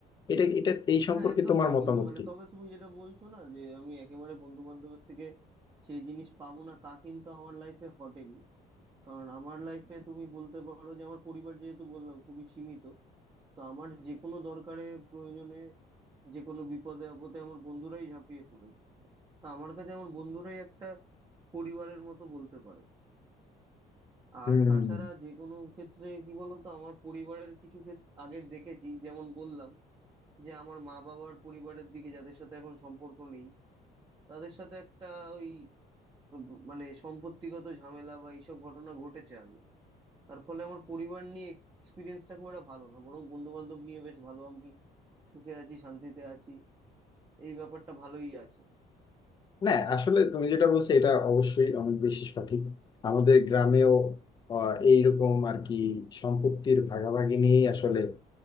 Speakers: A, on the left (about 25°); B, on the right (about 25°).
A: এটা এটা এই সম্পর্কে
B: না একদমই
A: তোমার মতামত
B: কিন্তু মানে
A: কি
B: তবে তুমি যেটা বলছো না যে আমি একেবারে বন্ধু বান্ধবের থেকে সেই জিনিস পাবো না তা কিন্তু আমার লাইফে ঘটেনি কারণ আমার লাইফে তুমি বলতে পারো যে আমার পরিবার যেহেতু বললাম খুবই সীমিত তো আমার যে কোনো দরকারে প্রয়োজনে যে কোনো বিপদে আপদে আমার বন্ধুরাই ঝাঁপিয়ে পড়েছে তা আমার কাছে আমার বন্ধুরাই একটা পরিবারের মতো বলতে পারো আর
A: হুম হুম,
B: তাছাড়া
A: হুম।
B: যে কোনো ক্ষেত্রে কি বলতো আমার পরিবারের কিছু ক্ষেত্রে আগে দেখেছি যেমন বললাম যে আমার মা বাবার পরিবারের দিকে যাদের সাথে এখন সম্পর্ক নেই তাদের সাথে একটা ওই ব- মানে সম্পত্তিগত ঝামেলা বা এইসব ঘটনা ঘটেছে আগে তার ফলে আমার পরিবার নিয়ে এক্সপিরিয়েন্সটা খুব একটা ভালো না বরং বন্ধু বান্ধব নিয়ে বেশ ভালো আমি সুখে আছি শান্তিতে আছি এই ব্যাপারটা ভালোই আছে
A: না আসলে তুমি যেটা বলছো এটা অবশ্যই অনেক বেশি সঠিক আমাদের গ্রামেও আহ, এইরকম আর কি সম্পত্তির ভাগাভাগি নিয়ে আসলে